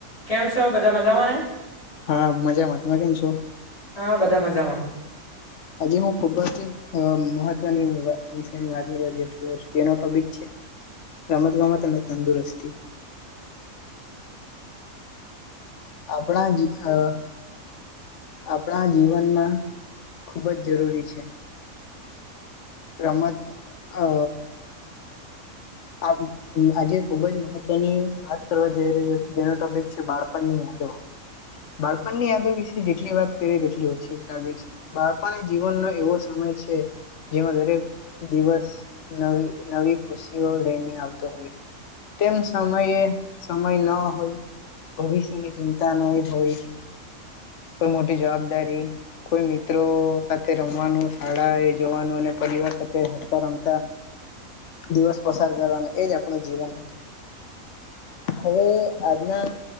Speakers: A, on the left; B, on the left.
A: કેમ છ બધા મજામાં ને.
B: હા મજામાં તમે કેમ છો?
A: હા બધા મજામાં
B: આજે હું ખુબ જ મહ ની વિષ ની વાત કરવા જઈ રહ્યો છ એનો ટોપિક છે રમત ગમત અને તંદુરસ્તી.
A: <inaudible>
B: આપણા જ આ આપણા જીવનમાં ખુબ જ જરૂરી છે. રમત અ આ આજે ખુબ જ મહત્વની વાત કરવા જઈ રહ્યો છે જેનો ટોપિક છે બાળપણની વધદવા બાળપણની યાદો વિશે જેટલી વાત કરીએ તેટલી ઓછી લાગે છે બાળપણ જીવનનો એવો સમય જેમાં દરેક દિવસ નવી ખુશી લઈને આવતો હોય તેમ સમયે સમય ન હોય. ભવિષ્યની ચિંતા નહી હોય કોઈ મોટી જવાબદારી કોઈ મિત્રો સાથે રમવાનું શાળા એ જવાનું અને પરિવાર સાથે હસતા રમતા દિવસ પસાર કરવાનું એજ આપણું જીવન હતું. હવે આજના